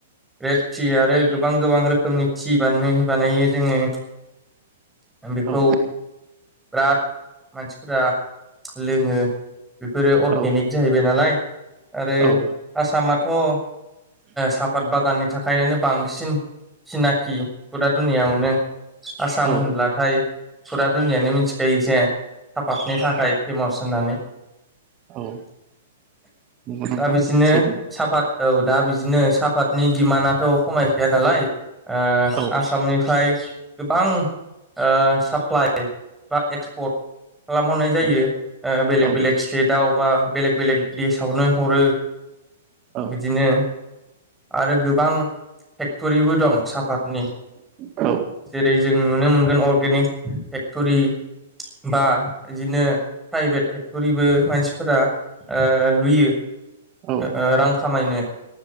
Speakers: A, in the centre; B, on the right.
A: red tea आरो गोबां गोबां रोखोमनि थि बानै बानायो जोङो। बेखौ
B: औ।
A: बिराद मानसिफोरा लोङो। बेफोरो अर्गेनिक
B: औ
A: जाहैबाय नालाय? आरो
B: औ
A: आसामाथ' ओ साफात बागाननि था खायनानो बांसिन सिनाखि फुरा दुनियावनो आसाम
B: औ
A: होनब्लाथाय फुरा दुनियानो मिथिखायो जे सापातनि थाखाय फेमास होननानै।
B: औ नंगौ नोंथां
A: दा बिदिनो
B: सैथो।
A: सापात औ दा बिदिनो सापातनि दिडिमान्डआथ' खमायखाया नालाय? ओ
B: औ
A: आसामनिफ्राय गोबां ओ साप्लाइ बा एक्सपर्ट खालामहरनाय जायो
B: औ
A: ओ बेलेग
B: औ
A: बेलेग स्टेटाव बा बेलेग बेलेग देसावनो हरो
B: औ
A: बिदिनो आरो गोबां फेक्टरिबो दं सापातनि
B: औ
A: जेरै जों नुनो मोनगोन अर्गेनिक फेक्टरि बा बिदिनो प्राइभेट फेक्टरिबो मानसिफोरा ओ लुयो। ओ
B: औ
A: ओ रां खामायनो